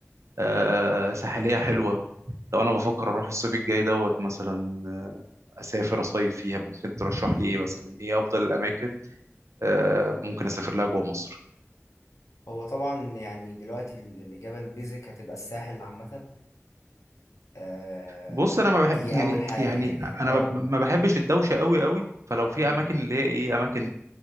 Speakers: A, on the right; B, on the left.
A: آه ساحلية حلوة لو انا بفكر اروح الصيف الجاي دوت مثلا آه، اسافر اصيف فيها ممكن ترشح لي ايه مثلا ايه افضل الاماكن آه ممكن اسافر لها جوه مصر
B: هو طبعا يعني دلوقتي ال- اللي جبل بيزك هتبقى الساحل عامة آه،
A: بص انا
B: دي
A: ما بحب يعني
B: أول حاجة
A: يعني
B: يعني اه
A: انا ما ما بحبش الدوشه قوي قوي فلو في
B: مم.
A: اماكن اللي هي ايه اماكن